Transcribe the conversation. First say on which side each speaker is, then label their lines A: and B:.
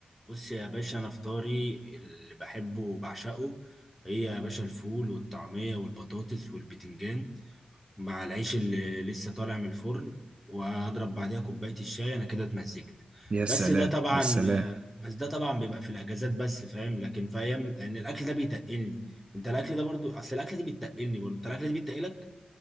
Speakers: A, in the centre; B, on the right (about 45°).
A: بص يا باشا أنا فطاري اللي بحبه وبعشقه هي يا باشا الفول والطعمية والبطاطس والبتنجان مع العيش اللي لسه طالع من الفرن وهضرب بعديها كوباية الشاي انا كده اتمزجت
B: يا سلام
A: بس ده طبعا
B: يا سلام
A: بس ده طبعا بيبقى في الاجازات بس فاهم لكن في ايام لان الاكل ده بيتقلني انت الاكل ده برضو اصل الاكل دي بتتقلني برضو انت الاكل دي بتتقلك